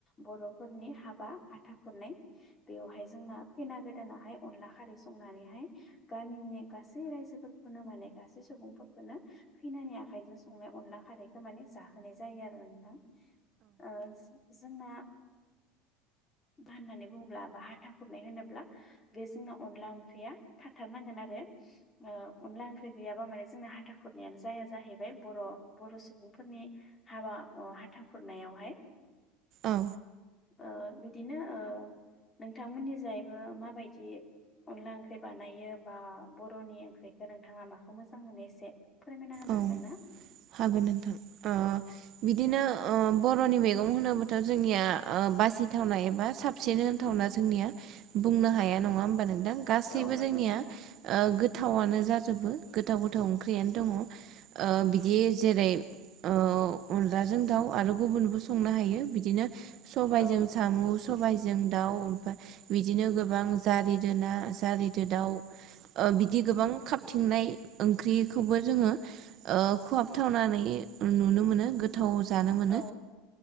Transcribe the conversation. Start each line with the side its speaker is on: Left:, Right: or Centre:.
Left: बर बर'फोरनि हाबा हाथा खुरनाय बेयावहाय जोंना खैना गोदा गोदानावहाय अनला खारै संनानैहाय गामिनि गासै रायजोफोरखौनो माने गासै सुबुंफोरखौ खैनो खैनानि आखा आखाइजों संनाय अनला खारैखौ माने जाहोनाय जायो आरो नोंथां‌ ओ। जोंना। होननानै बुङोब्ला बा हाथा हुरनाय होनोब्ला बे जोंना अनला ओंख्रिया थाथारनांगोन आरो। बे ओ अनला ओंख्रि गैयाबा माने जोंना हा हाथा खुरनायानो जाया जाहैबाय बर' बर' सुबुंफोरनि हाबा अ हाथा खुरनायावहाय।
Right: औ।
Left: ओ बिदिनो ओ नोंथांमोननि जायैबो माबायदि? अनला ओंख्रि बानायो बा बर'नि ओंख्रिखौ नोंथाङा माखौ मोजां मोनो एसे। फोरमायना होनो
Right: औ
Left: हागोन ना?
Right: हागोन नोंथां ओ बिदिनो ओ ब बर'नि मैगं होनोबथ' जोंनिया ओ बासिथावना एबा साबसिन होनथावना जोंनिया। बुंनो हाया नङा होनोमबा नों गासैबो
Left: औ नंगौ
Right: जोंनिया
Left: नोंथां
Right: ओ गोथावआनो जाजोबो गोथाव गोथाव ओंख्रियानो दङ। ओ ओ बिदि जेरै ओ अनला जों दाउ आरो गुबुनबो संनो हायो बिदिनो। सबायइजों
Left: औ
Right: सामुस। सबायजों दाउ ओमफ्राय बिदिनो गोबां जारिदोना जारिदो दाउ ओ‌ बिदि गोबां खाबथिंनाय ओंख्रिखौबो जोङो। ओ खहाबथावनानै नुनो मोनो गोथाव जानो मोनो।
Left: औ